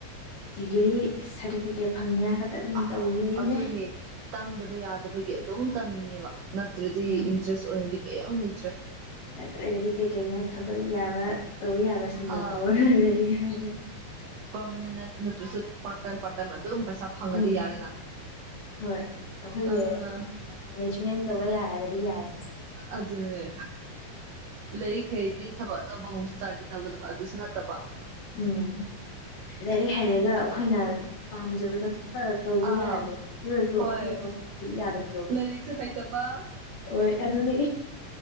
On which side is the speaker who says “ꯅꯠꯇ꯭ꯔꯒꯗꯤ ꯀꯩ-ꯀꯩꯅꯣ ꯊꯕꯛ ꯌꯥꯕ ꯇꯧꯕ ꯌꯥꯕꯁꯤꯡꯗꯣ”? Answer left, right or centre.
Left